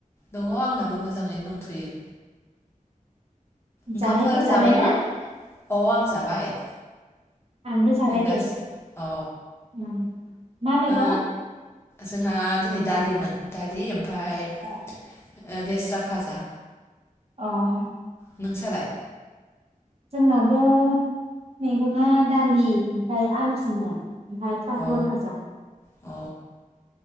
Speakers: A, on the left; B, on the right.
A: दङ' आंनाबो मोजाङैनो दंथ'यो। ओंखामफोर
B: जानायफोर जाबायना
A: जाबायबा? अ आं जाबाय।
B: आंबो जाबाय
A: नै दासो
B: दे उम।
A: औ
B: मा मैगं?
A: ओ जोंहा दिनै दालिमोन दालि ओम फाय एह
B: अ
A: देस्रा फाजा
B: औ
A: नों सालाय?
B: जोंनाबो मैगङा दालि फ्राय आलुसोमोन ओमफाय फाफर
A: अ
B: फाजा।
A: अ